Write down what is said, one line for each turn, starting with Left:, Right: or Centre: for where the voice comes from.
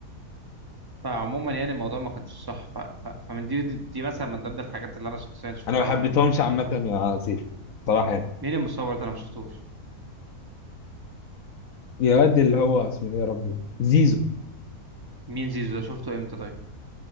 Right: فعموما يعني الموضوع ما كانش صح ف... ف... فمن دي دي دي مثلا من ضمن الحاجات اللي انا شخصيا شفتها
Left: انا ما حبيتهمش
Right: واتعلمتها
Left: عامة يا عصير صراحة يعني
Right: مين المصور ده انا ما شفتوش
Left: يا واد اللي هو اسمه ايه يا ربي زيزو
Right: مين زيزو ده شفته امتى طيب